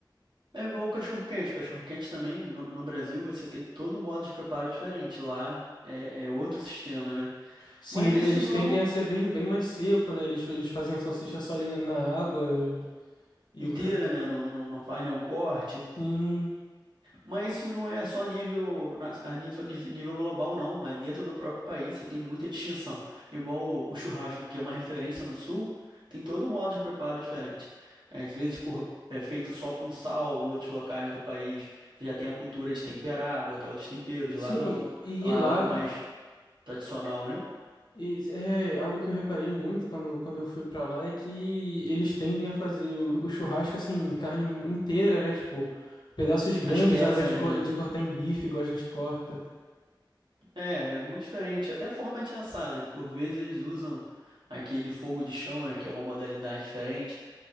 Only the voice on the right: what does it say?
É igual o cachorro-quente. O cachorro-quente também, no, no Brasil, você tem todo um modo de preparo diferente. Lá é, é outro sistema, né?
Mas
isso
não
inteira,
né? Não, não, não faz nenhum corte.
Mas isso não é só nível, na- a nível, nível global, não, mas dentro do próprio país você tem muita distinção. Igual o, o churrasco, que é uma referência no sul, tem todo modo de preparo diferente. É, Às vezes por, é feito só com sal, em outros locais do país você já tem a cultura de temperar, botar outros temperos,
lá não.
Lá
é algo mais tradicional, né?
As peças,
né?
É, é muito diferente. Até a forma de assar, né? Por vezes eles usam aquele fogo de chão, né? Que é uma modalidade diferente.